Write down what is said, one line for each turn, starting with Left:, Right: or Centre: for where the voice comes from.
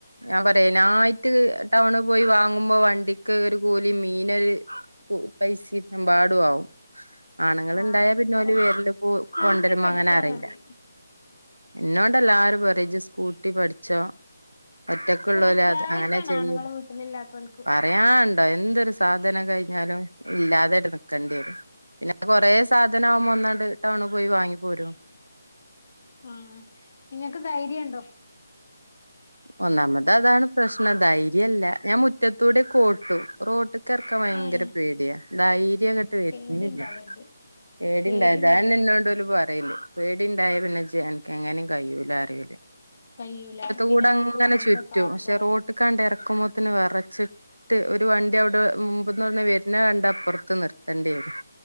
Right: ഞാൻ പറയേ അയ്നായിറ്റ് ടൗണ് പോയി വാങ്ങുമ്പോ വണ്ടിക്ക് ഒരു കൂലിം മീനൊര് ഉം പൈസിം എമ്പാടു ആവും ആണുങ്ങള്ണ്ടായാ
Left: ആഹ്
Right: പിന്നോല്
Left: ഔ
Right: വെരല് പോ
Left: സ്കൂട്ടി
Right: കൊണ്ടരുമ്പോ
Left: പഠിച്ചാ
Right: അങ്ങനെ അറീല്ല
Left: മതി
Right: ഇന്നോണ്ടല്ലാരും പറിം ജ് സ്കൂട്ടി പഠ് ചോ ഒറ്റക്കള്ളൂലേ
Left: ഒരത്യാവശ്യാണ്
Right: അത് അങ്ങനെ ചെയ്യ്
Left: ആണുങ്ങള് വീട്ടിലില്ലാത്തോൽക്ക്
Right: പറയാണ് ണ്ട എന്തൊരു സാധനം കയ്ഞ്ഞാലും ഇല്ലാതേണ്ട് നിക്കണ്ടെരും കൊറേ സാധനാവുമ്പോ ഒന്നാണ്ട് ടൗണ് പോയി വാങ്ങിപ്പോരും
Left: ആഹ് ഇങ്ങക്ക് ധൈര്യണ്ടോ
Right: ഒന്നാമതതാണ് പ്രശ്നം ധൈര്യല്ല ഞാൻ മുറ്റത്തൂടെക്കെ ഓട്ടും റോ ട്ട്കറക്കാൻ ഭയങ്കര
Left: ഏഹ്
Right: പേടിയാ ധൈര്യങ്ങട്ട് ട്ട് വരണില്ല
Left: പേടിണ്ടാവരുത്
Right: പേടിണ്ടാവര്ത്
Left: പേടിണ്ടാവരുത്
Right: അതന്നെന്നോട് ഓല് പറയല് പേടിണ്ടായ പിന്നെ ജ് അനക്ക് എങ്ങനും കയൂലാ പറിം ഓല്
Left: കയ്യൂല പിന്നെ
Right: കൂടങ്ങനെ
Left: നമുക്ക് വണ്ടിയൊക്കെ
Right: ചുറ്റും
Left: കാണുമ്പള്
Right: പക്ഷെ റോട്ട് കാണ്ട് എറക്കുമ്പോത്തന് വെറച്ച് ട്ട് ഒരു വണ്ടി അവിടെ മുമ്പ്ന്നൊന്ന് വരണ കണ്ട അപ്പൊറത്ത് നിർത്തണ്ടി വരും